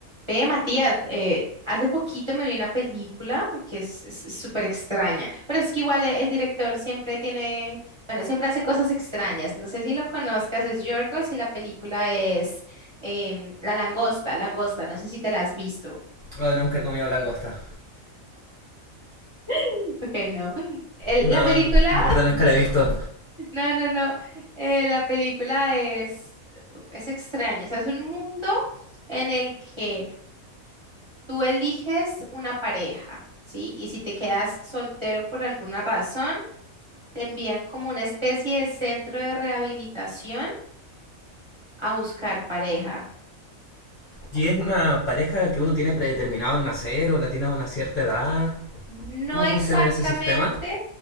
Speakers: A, on the right; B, on the left.
A: Ve, Matías, eh, hace poquito me vi una película que es es súper extraña, pero es que igual e- el, director siempre tiene, bueno, siempre hace cosas extrañas. No sé si lo conozcas, es Yorgos y la película es em, La Langosta, Langosta, no sé si te la has visto.
B: Oh, nunca he comido langosta.
A: <laughs> Ok, no. El-
B: No,
A: la película,
B: en verdad nunca la he visto.
A: <laughs> no, no, no, eh, la película es, es extraña, o sea, es un mundo en el que... Tú eliges una pareja, ¿sí? Y si te quedas soltero por alguna razón, te envían como una especie de centro de rehabilitación a buscar pareja.
B: ¿Y es una pareja que uno tiene predeterminado en nacer o la tiene a una cierta edad?
A: No
B: ¿Cómo
A: exactamente,
B: funciona ese sistema?